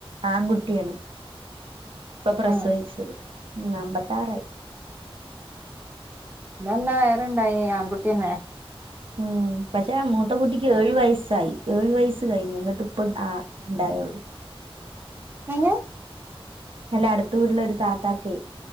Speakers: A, on the right; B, on the right.
A: ആൺകുട്ടിയാണ് ഇപ്പൊ പ്രസവിച്ചത്
B: ആഹ്
A: ഉ അമ്പത്താറായി
B: ഇല്ലാ വയറണ്ടായി ആൺകുട്ടിന്നെ
A: ഉം പക്ഷെ മൂത്ത കുുട്ടിക്ക് ഏഴു വയസ്സായി ഏഴു വയസ്സ് കഴിഞ്ഞുിട്ട ട്ടിപ്പം ആ ഉണ്ടായുള്ളൂ
B: പിന
A: അല്ല അടുത്ത വീട്ടില ഒരു താത്താക്കൈ